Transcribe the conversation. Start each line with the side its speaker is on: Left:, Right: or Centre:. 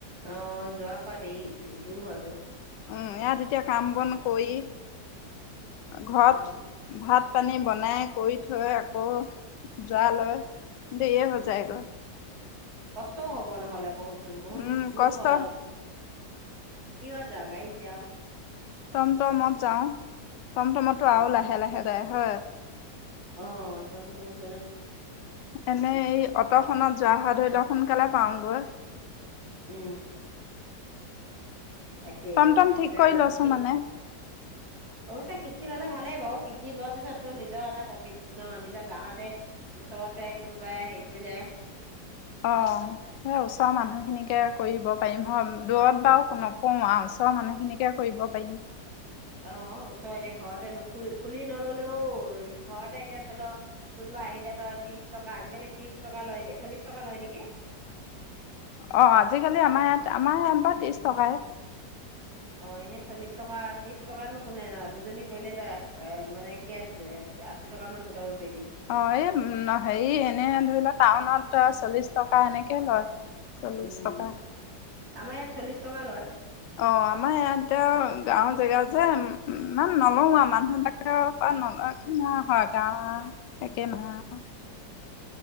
Right: অ যোৱা কোৱা দেই দূৰ হয়তটো।
Left: উম ইয়াত এতিয়া কাম বন কৰি ঘৰত
Right: উম,
Left: ভাত পানী বনাই কৰি থৈ আকৌ জৰা লয় দেইয়ে হৈ
Right: উম,
Left: যায় গৈ ।
Right: কষ্টও হব নহলে বহুতচোন বহুত
Left: উম
Right: দূৰ
Left: কষ্ট
Right: হয় অলপ কি হত যাও গাড়ীত যাওঁ?
Left: তম তমত যাও, তম টমতো
Right: অ',
Left: আৰু লাহে লাহে যায় । হয়।
Right: অ তমতমত।
Left: এনে এই অট খত যোৱা হা ধৰি লওক । সোনকালে পাওঁগৈ।
Right: উম। থাকেই,
Left: টমটম
Right: সেইটো
Left: ঠিক কৰি
Right: বা
Left: লৈছো
Right: শিকি
Left: মানে
Right: অৱশ্যে শিক শিকি ললে ভালেই বাৰু শিকি লোৱাৰ পিছততো নিজৰ এটা প্ৰফিট ন নিজৰ গাঁৱতে ওচৰতে কোনোবাই হেৰি কৰিলে
Left: অ স ওচৰৰ মানুহখিনিকে কৰিব পাৰিম হ দূৰত বাৰু নকওঁ আৰু ওচৰৰ মানুহখিনিকে কৰিব পাৰিম।
Right: অ ওচৰ এতিয়া ঘৰতে নুখু খুলি নললেও ঘৰতে এতিয়া ধৰি লও কোনোবা আহিলে তই ত্ৰিশ টকা আজিকালি ত্ৰিশ টকা লয় ন চল্লিশ টকা লয় নেকি?
Left: অ আজিকালি আমাৰ ইয়াত আমাৰ ইয়াত বা ত্ৰিশ টকাই ।
Right: অ এনেই চল্লিশ টকা ত্ৰিশ টকানো কোনে ন, দুজনী কৰিলে তই এ মানে ক আশী টকা মান গোটাব পাৰিম।
Left: অ এই উ হেৰি এনে ধৰি লোৱা টাউনত। চল্লিশ টকা এনেকে লয়। চল্লিছ
Right: উম
Left: টকা।
Right: আমাৰ ইয়াত চল্লিশ টকা লয়।
Left: অ আমাৰ ইয়াত গাঁওৰ জেগা যে, ইমান নলওঁ আৰু মানুহবিলাকৰ পৰা নলয় গাওঁ ৰ একে নহয় ।